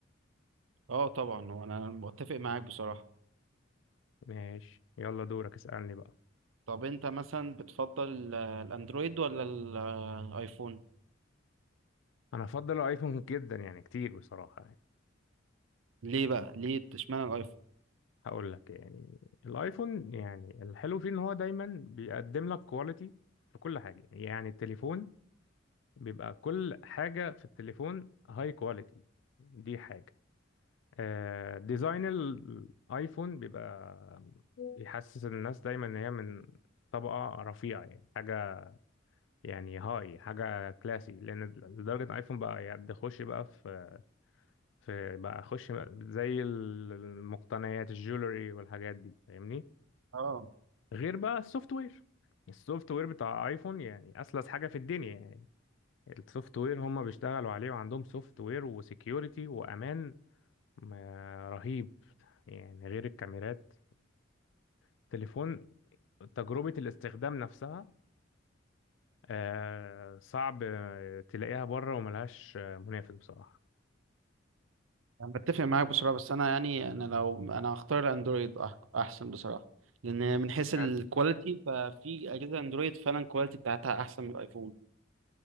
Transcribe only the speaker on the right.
أه طبعا هو أنا متفق معاك بصراحة
طب انت مثلا بتفضل ال- الاندرويد ولا ال- الايفون
ليه بقى ليه اشمعنى الايفون
اه
انا بتفق معاك بصراحه بس انا يعني انا لو انا هختار الاندرويد أح- احسن بصراحه لان من حيث الكواليتي
ففي اجهزه اندرويد فعلا الكواليتي بتاعتها احسن من الايفون